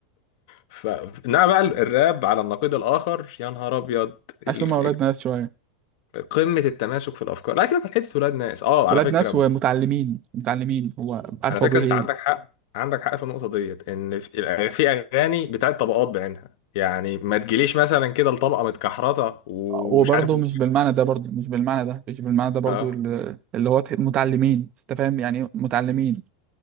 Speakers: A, on the left (about 60°); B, on the right (about 40°).
A: ف... انما بقى الراب على النقيض الاخر يا نهار ابيض
B: حاسس
A: ال-
B: هم ولاد ناس شوية
A: قمه التماسك في الافكار لا سيبك من حته ولاد ناس اه
B: ولاد
A: على فكره
B: ناس ومتعلمين متعلمين هو عارف
A: على فكرة
B: هو بيقول
A: انت
B: ايه
A: عندك حق عندك حق في النقطة ديت ان في في اغاني بتاعت طبقات بعينها يعني ما تجيليش مثلا كده لطبقة متكحرطة ومش
B: وبرضه
A: عارف إيه.
B: مش بالمعنى ده برضه مش بالمعنى ده مش بالمعنى ده برضه
A: اه
B: ال- اللي هو ت- متعلمين انت فاهم يعني متعلمين